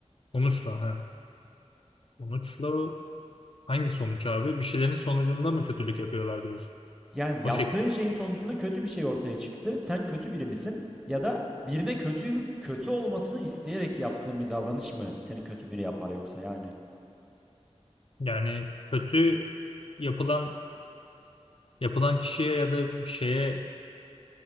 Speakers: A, on the left; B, in the centre.
A: Sonuçla. Ha. Sonuçla hangi sonuç abi? Bir şeylerin sonucunda mı kötülük yapıyorlar diyorsun?
B: Yani yaptığın
A: O şekilde.
B: şeyin sonucunda kötü bir şey ortaya çıktı. Sen kötü biri misin? Ya da birine kötü kötü olmasını isteyerek yaptığın bir davranış mı seni kötü biri yapar yoksa yani?
A: Yani kötü yapılan yapılan kişiye ya da bir şeye